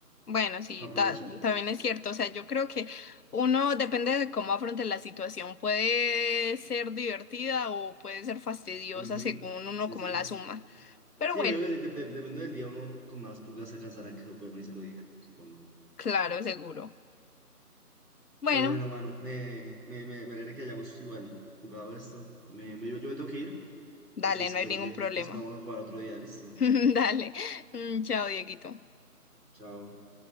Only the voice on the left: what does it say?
Bueno, sí,
ta- también es cierto. O sea, yo creo que uno depende de cómo afronte la situación. Puede ser divertida o puede ser fastidiosa
según uno
como
la suma. Pero
bueno,
claro, seguro. Bueno,
dale, no
hay ningún
problema.
<laughs> Dale. Mm, Chao, Dieguito.